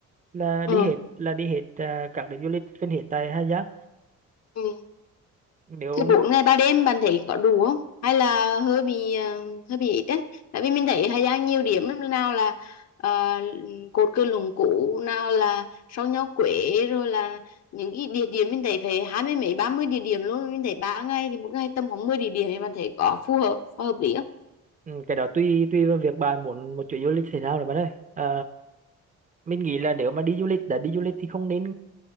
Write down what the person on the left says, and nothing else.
ừ.
Ừ.
Thế 4
ngày 3 đêm bạn thấy có đủ không? Hay là hơi bị ờ, hơi bị ít đấy? Tại vì mình thấy Hà Giang nhiều điểm lắm nào là ờ, cột cờ Lũng Cú, nào là sông Nho Quế rồi là những cái địa điểm mình thấy phải hai mươi mấy ba mươi địa điểm luôn mình thấy ba ngày thì một ngày tầm khoảng 10 địa điểm thì bạn thấy có phù hợp có hợp lý không?